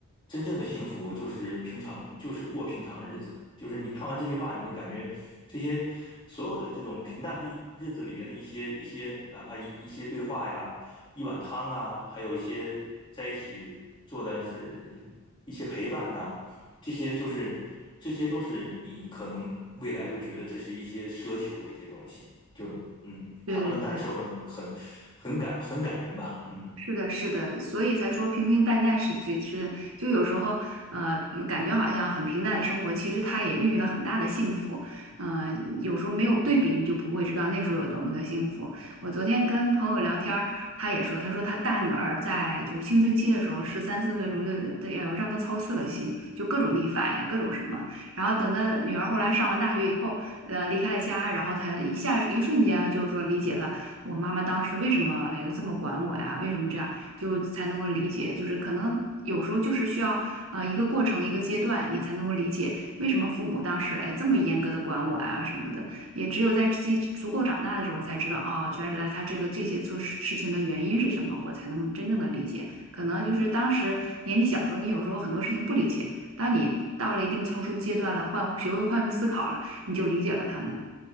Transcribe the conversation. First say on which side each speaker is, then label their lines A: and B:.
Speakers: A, on the left (about 25°); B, on the right (about 80°).
A: 真正的幸福就是平常，就是过平常日子。就是你看完这句话，你就感觉这些所有的这种平淡的日子里边的一些一些，哪怕一一些对话呀，一碗汤啊，还有一些在一起做的是一些陪伴呐、这些就是这些都是你可能未来就觉得这是一些奢求的一些东西。就嗯，
B: 对对对。
A: 看完了感受很很很感很感人吧，嗯
B: 是的，是的，所以才说平平淡淡是最真。就有时候，呃，嗯感觉好像很平淡的生活，其实它也孕育了很大的幸福。呃，有时候没有对比，你就不会知道那时候有多么的幸福。我昨天跟朋友聊天儿，他也说，他说他大女儿在就是青春期的时候，十三四岁的时候就得要让她操碎了心，就各种逆反呀，各种什么。然后等他女儿后来上完大学以后，呃，离开了家，然后他一下一瞬间啊就是说理解了。我妈妈当时为什么哎这么管我呀？为什么这样？就才能够理解，就是可能有时候就是需要呃一个过程一个阶段，你才能够理解为什么父母当时哎这么严格的管我呀什么的。也只有在自己足够长大的时候才知道啊，原来他这个这些做事事情的原因是什么，我才能真正的理解。可能就是当时年纪小时候，你有时候很多事情不理解，当你到了一定成熟阶段了，换学会换位思考了，你就理解了他们。